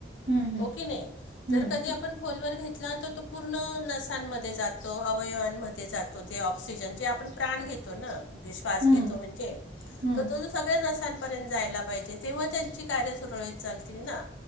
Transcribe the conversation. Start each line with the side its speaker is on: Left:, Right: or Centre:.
Right: हम्म
Left: हो की नाही
Right: हम्म
Left: जर कधी आपण खोलवर घेतला, तर तो पूर्ण नसांमध्ये जातो अवयवांमध्ये जातो ते ऑक्सिजन जे आपण प्राण घेतोना. श्वास
Right: हम्म हम्म
Left: घेतो म्हणजे
Right: हम्म.
Left: तर तो जो सगळ्या नसां पर्यंत जायला पाहिजे. तेव्हा त्यांची कार्य सुरळीत चालतील ना.